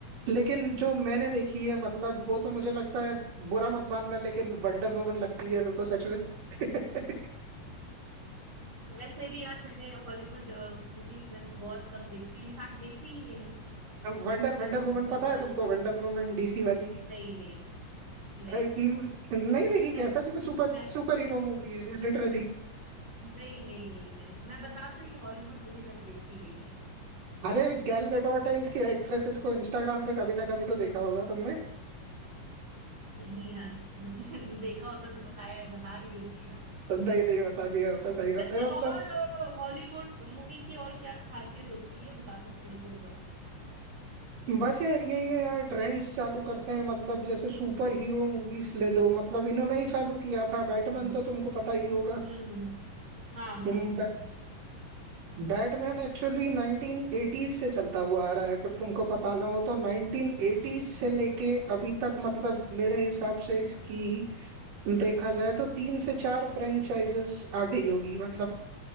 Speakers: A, on the right (about 75°); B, on the right (about 35°).
A: लेकिन जो मैंने देखी है मतलब वो तो मुझे लगता है बुरा मत मानना लेकिन वंडर वुमन लगती है मेरे को सच में <laughs>
B: वैसे भी यार मैंने हॉलीवुड मूवीज में बहुत कम देखती हूँ इनफैक्ट देखती ही नहीं हूँ
A: वंडर
B: तो फिर
A: वंडर वुमन
B: मतलब
A: पता है तुमको वंडर वुमन डीसी वाली
B: नहीं नहीं नहीं
A: अ, न-
B: नहीं
A: नहीं देखी क्या
B: मैं
A: सच में सुपर
B: मैं
A: सुपर हीरो मूवी है लिटरली
B: नहीं नहीं नहीं मैंने मैं बता तो रही हूँ हॉलीवुड मूवी मैंने देखी नहीं है
A: अरे गैल गैडोट है इसकी एक्ट्रेस इसको इंस्टाग्राम पे कभी ना कभी तो देखा होगा तुमने
B: नहीं यार मुझे <laughs> देखा होता तो बताया बता रही होती ना
A: तो नहीं नहीं बता दिया होता सही बात
B: वैसे
A: है मतलब
B: और हॉलीवुड मूवी की और क्या खासियत होती है बता सकते हो तो बताओ
A: बस यार यही है यार ट्रेंड्स चालू करते हैं मतलब जैसे सुपर हीरो मूवीज ले लो मतलब इन्होंने ही चालू किया था बैटमैन
B: हम्म
A: तो तुमको पता ही होगा
B: हम्म हम्म, हाँ हाँ
A: हम्म,
B: हाँ हाँ,
A: बै, बैटमैन एक्चुअली 1980s से चलता हुआ आ रहा है अगर तुमको पता ना हो तो 1980s
B: अच्छा अच्छा।
A: से लेके अभी तक मतलब मेरे हिसाब से इसकी देखा जाए तो तीन से चार फ्रेंचाइजेस आ गई होगी मतलब